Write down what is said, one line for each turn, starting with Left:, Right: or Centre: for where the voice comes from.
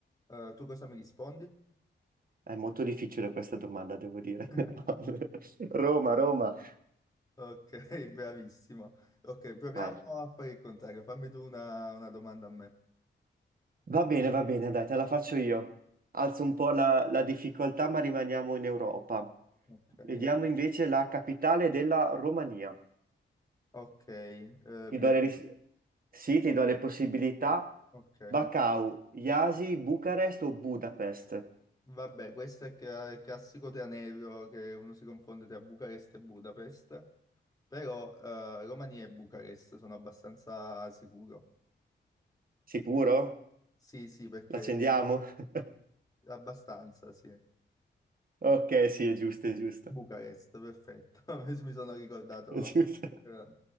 Left: eh, tu cosa mi rispondi?
Right: È molto difficile questa domanda, devo dire.
Left: <laughs>
Right: <laughs> Roma, Roma.
Left: Ok, bravissimo. Ok, proviamo
Right: Vai.
Left: a fare il contrario. Fammi tu una, una domanda a me.
Right: Va bene, va bene, dai, te la faccio io. Alzo un po' la, la difficoltà, ma rimaniamo in Europa.
Left: Ok.
Right: Vediamo invece la capitale della Romania.
Left: Ok, eh,
Right: Ti
Left: mi
Right: do
Left: dai-
Right: le ris- sì, ti do le possibilità.
Left: ok.
Right: Bacău, Iasi, Bucarest o Budapest?
Left: Vabbè, questo è cla- il classico tranello che uno si confonde tra Bucarest e Budapest, però eh, Romania e Bucarest sono abbastanza sicuro.
Right: Sicuro?
Left: Sì, sì, perché
Right: L'accendiamo? <laughs>
Left: abbastanza, sì.
Right: Ok, sì, è giusto, è giusto.
Left: Bucarest, perfetto. <laughs> Mi mi sono ricordato.
Right: <laughs> È giusto,
Left: Eh,